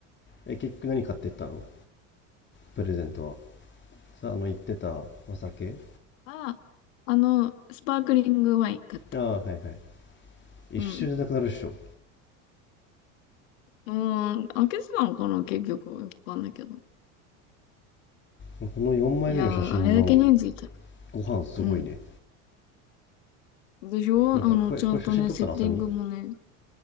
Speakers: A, on the left; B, on the left.
A: え、結局何買ってったのプレゼントは。さあ、あの、言ってたお酒
B: あ、あの、スパークリングワイン買った。
A: ああ、はいはい。一瞬でなくなるっしょ。
B: うん。うーん、開けてたのかな、結局。よくわかんないけど。
A: この4枚目の写真の
B: いやー、あれだけ人数いたら。
A: ご飯すごいね。
B: うん。でしょあの、
A: なんか、これ、
B: ちゃんとね、
A: これ写真撮ったのあさみ
B: セッティングもね。